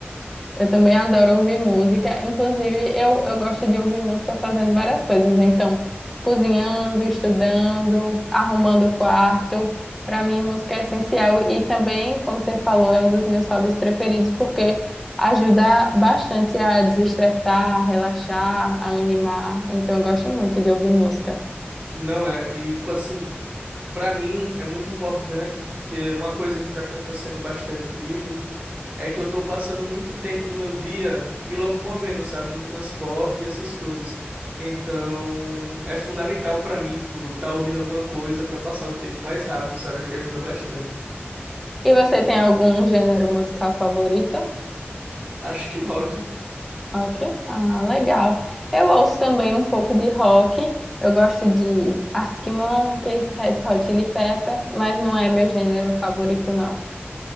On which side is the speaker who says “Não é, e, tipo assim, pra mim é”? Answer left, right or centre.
Right